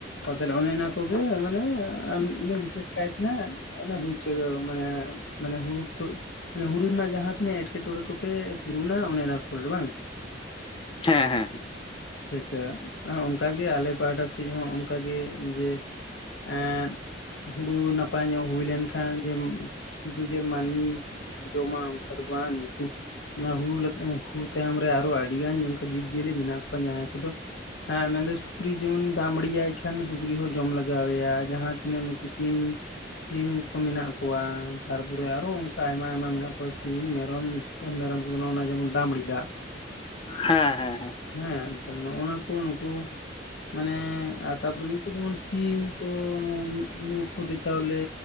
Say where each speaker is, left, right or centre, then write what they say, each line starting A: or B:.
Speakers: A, on the left (about 80°); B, on the left (about 30°).
A: ᱟᱨ ᱛᱟᱦᱞᱮ ᱚᱱᱮ ᱚᱱᱟ ᱠᱚᱜᱮ ᱢᱟᱱᱮ ᱵᱤᱥᱮᱥ ᱠᱟᱭᱛᱮ ᱚᱱᱮ ᱦᱩᱭᱪᱚ ᱢᱟᱱᱮ ᱢᱟᱱᱮ ᱦᱩᱲᱩ ᱠᱚ ᱢᱟᱱᱮ ᱦᱩᱲᱩ ᱨᱮᱱᱟᱜ ᱡᱟᱦᱟᱸ ᱛᱤᱱᱟᱹᱜ ᱮᱴᱠᱮᱴᱚᱬᱮ ᱠᱚᱯᱮ ᱯᱩᱨᱩᱱᱟ ᱚᱱᱮ ᱚᱱᱟ ᱠᱚᱨᱮ ᱵᱟᱝ?
B: ᱦᱮᱸ ᱦᱮᱸ
A: ᱟᱪᱪᱷᱟ ᱟᱪᱪᱷᱟ ᱮᱸ ᱚᱱᱠᱟ ᱜᱮ ᱟᱞᱮ ᱯᱟᱦᱟᱴᱟ ᱥᱮᱫ ᱤᱧ ᱦᱚᱸ ᱚᱱᱠᱟᱜᱮ ᱡᱮ ᱮᱸᱫ ᱦᱩᱲᱩ ᱱᱟᱯ ᱱᱟᱯᱟᱭ ᱧᱚᱜ ᱦᱩᱭ ᱞᱮᱱ ᱠᱷᱟᱱ ᱡᱮ ᱥᱩᱫᱷᱩ ᱡᱮ ᱢᱟᱹᱱᱢᱤ ᱡᱢᱟᱢ ᱚᱱᱠᱟᱫᱚ ᱵᱟᱝ <unintelligible> ᱚᱱᱟ ᱦᱩᱲᱩ ᱦᱩ ᱛᱟᱭᱚᱢ ᱨᱮ ᱟᱨᱚ ᱟᱹᱰᱤ ᱜᱟᱱ ᱚᱱᱠᱟ ᱡᱤᱵᱽ ᱡᱤᱭᱟᱹᱞᱤ ᱢᱮᱱᱟᱜ ᱠᱚᱣᱟ᱾ ᱡᱟᱦᱟᱸᱭ ᱠᱚᱫᱚ ᱦᱮᱸ ᱢᱮᱱᱫᱟᱹᱧ ᱥᱩᱠᱨᱤ ᱡᱮᱢᱚᱱ ᱫᱟᱜ ᱢᱟᱹᱲᱤᱭᱟᱭ ᱢᱮᱱᱠᱷᱟᱱ ᱥᱩᱠᱨᱤ ᱦᱚᱸ ᱡᱚᱢ ᱞᱟᱜᱟᱣᱮᱭᱟ ᱡᱟᱦᱟᱸ ᱛᱤᱱᱟᱹᱜ ᱱᱩᱠᱩ ᱥᱤᱢ ᱥᱤᱢ ᱠᱚ ᱢᱮᱱᱟᱜ ᱠᱚᱣᱟ ᱛᱟᱨᱯᱚᱨᱮ ᱟᱨᱚ ᱚᱝ ᱟᱭᱢᱟ ᱟᱭᱢᱟ ᱢᱮᱱᱟᱜ ᱠᱚᱣᱟ ᱥᱤᱢ ᱢᱮᱨᱚᱢ ᱢᱮᱨᱚᱢ ᱠᱚᱫᱚ ᱱᱚᱜ-ᱱᱚᱣᱟ ᱡᱮᱢᱚᱱ ᱫᱟᱜ ᱢᱟᱲᱤ ᱫᱟᱜ
B: ᱦᱮᱸ ᱦᱮᱸ ᱦᱮᱸ᱾
A: ᱦᱮᱸ ᱛᱟᱦᱞᱮ ᱱᱚᱜ-ᱱᱟ ᱠᱚ ᱱᱩᱠᱩ ᱢᱟᱱᱮ ᱟᱨ ᱛᱟᱯᱚᱨᱮ ᱱᱩᱠᱩ ᱡᱮᱢᱚᱱ ᱥᱤᱢ ᱠᱚ ᱱᱩᱠᱩ ᱠᱷᱚᱫᱮ ᱪᱟᱣᱞᱮ